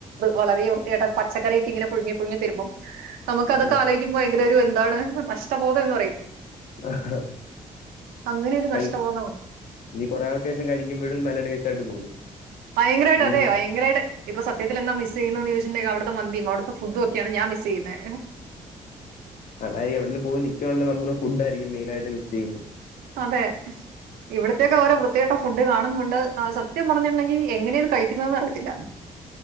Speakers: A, on the right (about 80°); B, on the left (about 60°).
A: വളരെ വൃത്തികെട്ട പച്ചക്കറിയൊക്കെ ഇങ്ങനെ പുഴുങ്ങി പുഴുങ്ങി തരുമ്പം നമുക്കതൊക്കെ
B: ഉം
A: ആലോയിക്കുമ്പം ഭയങ്കരൊരു എന്താണ് നഷ്ട ബോധം എന്ന് പറയില്ലേ
B: ആഹ് ആഹ്
A: അങ്ങനെ ഒരു
B: കൈ
A: നഷ്ടബോധം
B: ഇനി കൊറേ നാൾക്കേശം കഴിക്കുമ്പഴും നല്ല ടേസ്റ്റായിട്ട് തോന്നും
A: ഭയങ്കരമായിട്ട്
B: ഇനി
A: അതെ ഭയങ്കരായിട്ട് ഇപ്പോ സത്യത്തിലെന്ത മിസ് ചെയ്യുന്നേന്ന് ചോയിച്ച്ണ്ടെങ്കില് അവിടുത്തെ മന്തി ഫുഡു ഒക്കെയാണ് ഞാൻ മിസ് ചെയ്യുന്നെ
B: അതാ ഈ എവിടലും പോയി നിക്കുവാണെന്നുള്ളേ നമ്മള് ഫുഡ്ഡായിരിക്കും മെയിനായിട്ട് മിസ് ചെയ്യുന്നെ
A: അതെ ഇവിടത്തെക്കെ ഓരോ വൃത്തികെട്ട ഫുഡ് കാണുന്നുണ്ട് ആ സത്യം പറഞ്ഞിട്ടുണ്ടെങ്കി എങ്ങനെയാ ഇത് കഴിക്കുന്നെന്ന് അറിയത്തില്ല